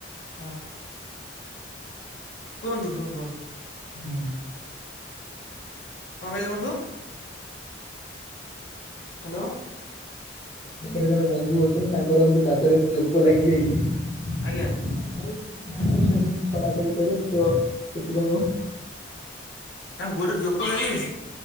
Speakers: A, on the left; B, on the left.
A: ହଁ। କୁହନ୍ତୁ ହଁ କୁହନ୍ତୁ।
B: <unintelligible>
A: କଣ କହିଲେ ବନ୍ଧୁ? ଖାନୋ।
B: ଏଠାରେ ଜଣେ ବନ୍ଧୁ ଅଛନ୍ତି ତାଙ୍କର ଏମିତି ପାଦରେ ଏମତି ଜୋକ ଲାଗି ଯାଇଛି।
A: ଆଜ୍ଞା।
B: <unintelligible> କରୁଛି ତ ସେଥିପାଇଁ।
A: ତାଙ୍କ ଗୋଡ଼ରେ ଜୋକ ଲାଗି ଯାଇଛି?